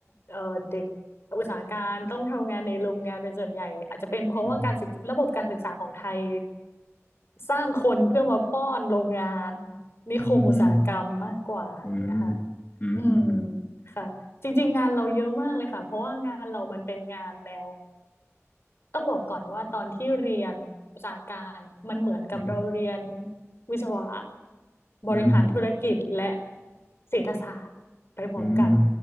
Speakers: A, on the left (about 55°); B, on the left (about 30°).
A: เอ่อเด็กอุตสาหการต้องทำงานในโรงงานเป็นส่วนใหญ่อาจจะเป็นเพราะว่าการศึกระบบการศึกษาของไทย
B: อืม
A: สร้างคนเพื่อมาป้อนโรงงานนิคมอุตสาหกรรมมากกว่าอะไรอย่างเงี้ยค่ะ
B: อืมอืม อืมอืมอืมอืม
A: อืมค่ะจริงๆงานเราเยอะมากเลยค่ะเพราะว่างานเรามันเป็นงานแนว ต้องบอกก่อนว่าตอนที่เรียนระสาหการอะมันเหมือนกับเราเรียน
B: อืม
A: วิศวะบริหารธุรกิจและ
B: อืมอ
A: เศรษฐศาสตร์ไปพร้อมกัน
B: ืม